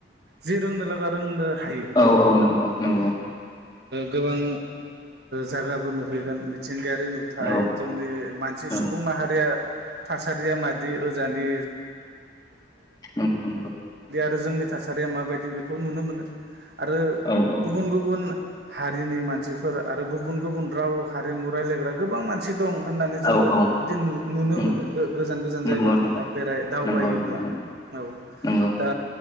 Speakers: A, on the right; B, on the left.
A: जि रोंनो लागा रोंनो हायो
B: औ औ नंगौ नंगौ
A: ओ गोबां जागाबो नुहैगोन बिथि मिथिंगायारि नुथाय
B: औ
A: जोंनि मानसि
B: औ
A: सुबुं माहारिया थासारिया मादि ओजानि
B: नंगौ नंगौ
A: जोंनि थासारिया माबायदि बेखौ नुनो मोनो आरो
B: औ औ
A: गुबुन गुबुन हारिनि मानसिफोर आरो गुबुन गुबुन राव हारिमु रायलायग्रा गोबां मानसि दं होननानै जोङो
B: औ औ
A: बिदि नु नुनो
B: नंगौ
A: मोनो गो गोजान गोजान
B: नंगौ
A: जायगायाव थांना बेराय
B: नंगौ
A: दावबायोब्ला
B: नंगौ नंगौ
A: औ
B: नंगौ
A: दा